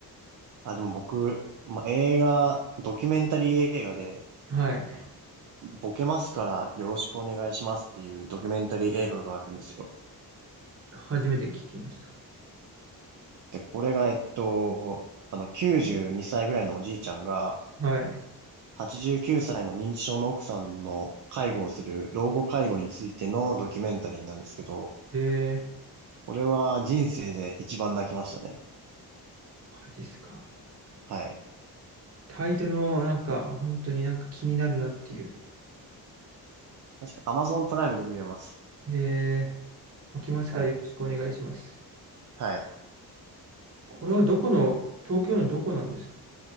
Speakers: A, on the right; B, on the right.
A: あ、でも僕、まあ、映画、ドキュメンタリー映画で、
B: はい。
A: ボケますからよろしくお願いしますっていうドキュメンタリー映画があるんですよ。
B: 初めて聞きました。
A: で、これが、えっと、あの、92歳ぐらいのおじいちゃんが、
B: はい。
A: 89歳の認知症の奥さんの介護をする老後介護についてのドキュメンタリーなんですけど、
B: えー、
A: これは人生で一番泣きましたね。
B: マジっすか。
A: はい。
B: タイトルもなんか、本当になんか気になるなっていう。
A: 確か Amazon プライムで見れます。
B: えー、置きますからよろしくお願いします。
A: はい。はい。
B: これはどこの、東京のどこなんですか